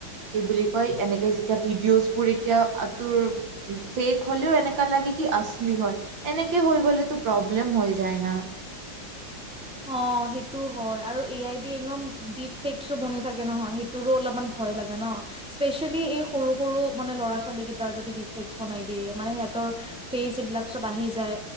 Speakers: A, on the right (about 70°); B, in the centre.
A: কি বুলি কয় এনেকে যেতিয়া ভিডিঅ'জ বোৰ এতিয়া তোৰ ফেক হ'লেও এনেকা লাগে কি আচলি হয়। এনেকে হৈ গ'লেতো প্ৰব্লেম হৈ যায় ন।
B: অ', সেইটো হয় আৰু এ আই ডি একদম ডিপ ফেক্সো বনি থাকে নহয়। সেই টোৰো অলপমান ভয় লাগে ন। স্পেচিয়েলি এই সৰু সৰু মানে ল'ৰা ছোৱালী কেইটাৰ যদি ডিফ্লেস্ক বনাই দিয়ে মানে সিহঁতৰ ফেচ এইবিলাক চব আহি যায়